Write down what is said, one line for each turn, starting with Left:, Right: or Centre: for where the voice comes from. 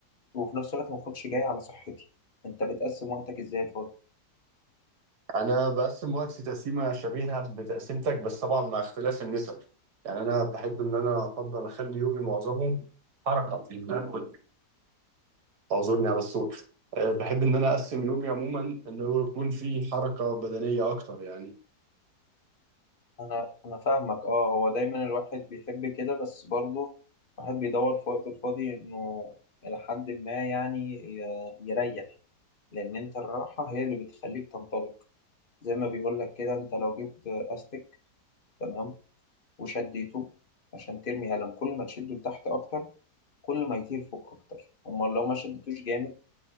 Left: وفي نفس الوقت ما أكونش جاي على صحتي أنت بتقسم وقتك إزاي الفل
Right: انا بقسم وقتي تقسيمه شبيهه بتقسيمتك بس طبعا مع اختلاف النسب يعني انا بحب ان انا افضل اخلي يومي معظمه حركه فاهم؟ اعذرني على الصوت أه، بحب ان انا اقسم يومي عموما ان هو يكون فيه حركه بدنيه اكتر يعني
Left: أنا أنا فاهمك أه هو دايما الواحد بيحب كده بس برضه الواحد بيدور في وقته الفاضي إنه إلى حد ما يعني ي- يريح لان انت الراحه هي اللي بتخليك تنطلق زي ما بيقول لك كده انت لو جبت استك تمام وشديته عشان ترمي قلم كل ما تشده لتحت اكتر كل ما يطير فوق اكتر امال لو ما شدتوش جامد